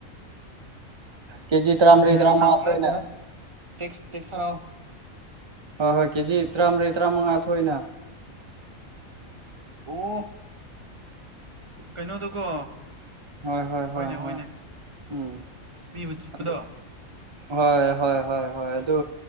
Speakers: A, on the right; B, on the right.
A: ꯀꯦꯖꯤ ꯇꯔꯥꯃꯔꯤ
B: ꯈꯪꯗꯦ
A: ꯇꯔꯥꯃꯉꯥ
B: ꯅꯪ ꯅꯪ
A: ꯊꯣꯏꯅ
B: ꯀꯩꯅ ꯇꯦꯛꯁ ꯇꯦꯛꯁ ꯊꯔꯥꯑꯣ꯫
A: ꯍꯣꯏ ꯍꯣꯏ ꯀꯦꯖꯤ ꯇꯔꯥꯃꯔꯤ ꯇꯔꯥꯃꯉꯥ ꯊꯣꯛꯏꯅ꯫
B: ꯑꯨꯝ ꯀꯩꯅꯣꯗꯨꯀꯣ꯫
A: ꯍꯣꯏ ꯍꯣꯏ ꯍꯣꯏ
B: ꯍꯣꯏꯅꯦ ꯍꯣꯏꯅꯦ
A: ꯍꯣꯏ ꯎꯝ
B: ꯃꯤꯕꯨ ꯆꯤꯠꯄꯗꯣ
A: ꯑ ꯍꯣꯏ ꯍꯣꯏ ꯍꯣꯏ ꯍꯣꯏ ꯑꯗꯨ